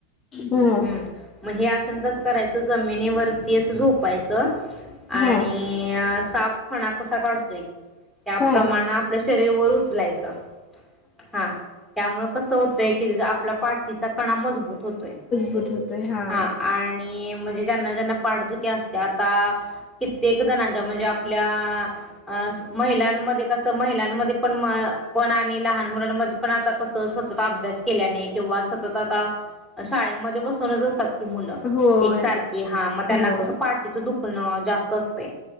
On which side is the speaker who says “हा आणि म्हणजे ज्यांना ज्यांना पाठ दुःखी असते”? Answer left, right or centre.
Centre